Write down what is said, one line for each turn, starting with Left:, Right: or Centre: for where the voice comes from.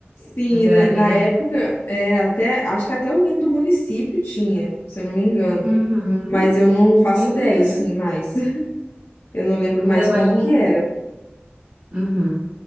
Left: sim,
Right: mas
Left: né?
Right: era bem
Left: Na
Right: lá.
Left: época, é, até, acho que até o hino do município tinha, se eu não me engano.
Right: Uhum.
Left: Mas eu não faço
Right: Meu
Left: ideia,
Right: Deus,
Left: assim, mais. <laughs> Eu não lembro
Right: ainda
Left: mais
Right: imagina.
Left: como que era.
Right: Uhum.